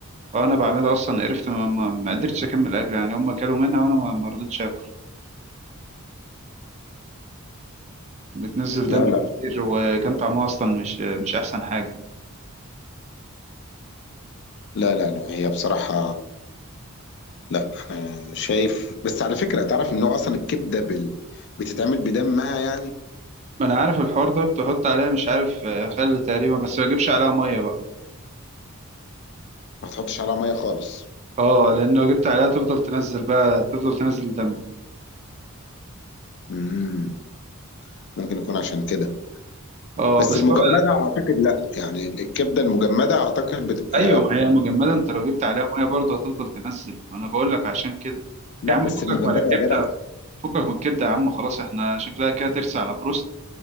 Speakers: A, on the right (about 30°); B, on the left (about 55°).
A: وأنا بعملها أصلا قرفت ما, ما, ما قدرتش أكمل أكل يعني هما كلوا منها وأنا ما ما رضيتش آكل بتنزل دم
B: لا لا
A: كتير وكان طعمها اصلا مش مش احسن حاجه
B: لا لا لا هي بصراحة لا أنا شايف بس على فكرة تعرف إن هو أصلا الكبدة بال... بتتعمل بدمها يعني
A: ما انا عارف الحوار ده بتحط عليها مش عارف آه، خل تقريبا بس ما تجيبش عليها ميه بقى
B: ما تحطش عليها مية خالص
A: اه لان لو جبت عليها تفضل تنزل بقى تفضل تنزل دم
B: مم. ممكن يكون عشان كده
A: اه
B: بس
A: بس
B: المجمدة
A: هو
B: أعتقد لا يعني الكبدة المجمدة أعتقد بتبقى
A: ايوه ما هي المجمده انت لو جبت عليها ميه برضه هتفضل تنزل انا بقول لك عشان كده
B: لا
A: يا عم
B: بس
A: فكك
B: المجمدة
A: من الكبده
B: يا جدع
A: فكك من الكبده يا عم خلاص احنا شكلها كده ترسى على بروست